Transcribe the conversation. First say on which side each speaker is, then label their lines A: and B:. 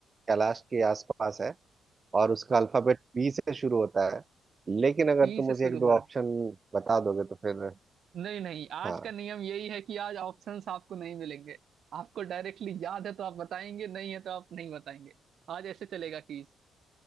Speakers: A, on the right; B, on the right.
A: कैलाश के आसपास है और उसका अल्फाबेट बी से शुरू होता है लेकिन अगर
B: टी
A: तुम
B: से
A: मुझे
B: शुरू
A: एक दो
B: हो रहा
A: ऑप्शन
B: है
A: बता दोगे तो फिर
B: नहीं नहीं आज
A: हाँ
B: का नियम यही है कि आज ऑप्शंस आपको नहीं मिलेंगे आपको डायरेक्टली याद है तो आप बताएंगे नहीं है तो आप नहीं बताएंगे आज ऐसे चलेगा कि